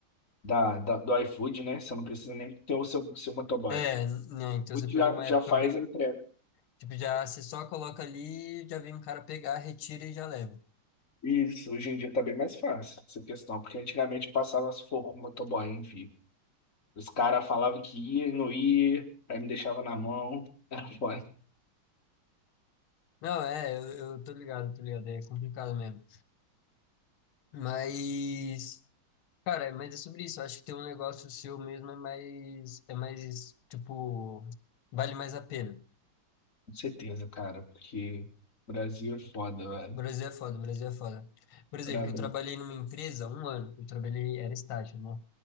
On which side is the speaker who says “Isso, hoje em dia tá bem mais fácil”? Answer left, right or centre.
Left